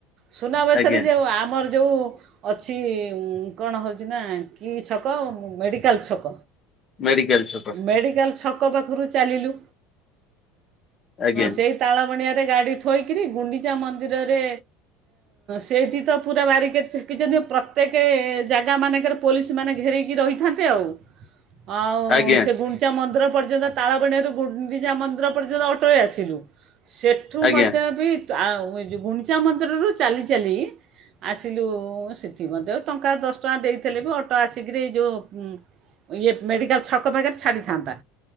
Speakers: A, on the right; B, on the left.
A: ସୁନାବେଶରେ
B: ଆଜ୍ଞା
A: ଯେଉଁ ଆମର ଯେଉଁ ଅଛି କଣ ହେଉଛି ନା କି ଛକ ମେଡ଼ିକାଲ ଛକ।
B: ମେଡ଼ିକାଲ ଛକ।
A: ମେଡିକାଲ ଛକ ପାଖରୁ ଚାଲିଲୁ
B: ଆଜ୍ଞା
A: ସେଇ ତାଳବଣିଆ ରେ ଗାଡି ଥୋଇକିରି ଗୁଣ୍ଡିଚା ମନ୍ଦିର ରେ ସେଠି ତା ପୁରା ବାରିକେଟ ଛକ କି ଯଦି ପ୍ରତ୍ୟେକ ଜାଗା ମାନଙ୍କରେ ପୋଲିସ ମାନେ ଘେରକି ରହିଥାନ୍ତେ ଆଉ। ଆଉ
B: ଆଜ୍ଞା
A: ସେ ଗୁଣ୍ଡି ଚା ମନ୍ଦିର ପର୍ଯ୍ୟନ୍ତ ତାଳବଣିଆରୁ ଗୁଣ୍ଡିଚା ମନ୍ଦିର ପର୍ଯ୍ୟନ୍ତ ଅଟୋରେ ଆସିଲୁ ସେ ଏଠୁ
B: ଆଜ୍ଞା
A: ମଧ୍ୟ ବି ଯେଉଁ ଗୁଣ୍ଡିଚା ମନ୍ଦିରରୁ ଚାଲି ଚାଲି ଆସିଲୁ ସେଠି ମଧ୍ୟ ଟଙ୍କା ଦଶ ଟଙ୍କା ଦେଇଥିଲେ ବି ଅଟୋ ଆସିକିରି ଏଇ ଯୋଉ ଇଏ ମେଡ଼ିକାଲ ଛକ ପାଖରେ ଛାଡ଼ିଥାନ୍ତା?